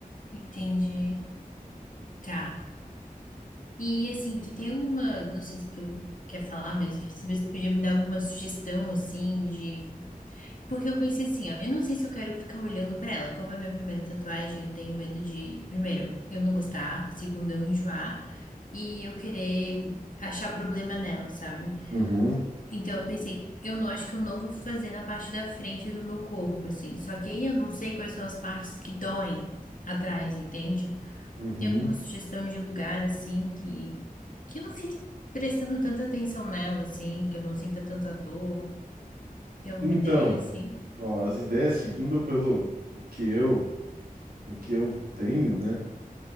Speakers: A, on the left; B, on the right.
A: entendi. Tá. E assim, tu tem alguma, não sei se tu quer falar, mas eu queria saber se tu podia me dar alguma sugestão, assim, de Porque eu pensei assim, ó, eu não sei se eu quero ficar olhando pra ela. Como é a minha primeira tatuagem, eu tenho medo de, primeiro, eu não gostar, segundo, eu enjoar e eu querer achar problema nela, sabe?
B: Uhum,
A: Então eu pensei, eu não acho que eu não vou fazer na parte da frente do meu corpo, assim. Só que aí eu não sei quais são as partes que doem atrás, entende?
B: uhum.
A: Tem alguma sugestão de lugar assim que que eu não fique prestando tanta atenção nela, assim, que eu não sinta tanta dor? Tem alguma
B: Então,
A: ideia assim?
B: ó, as ideias seguindo pelo o que eu, o que eu tenho, né?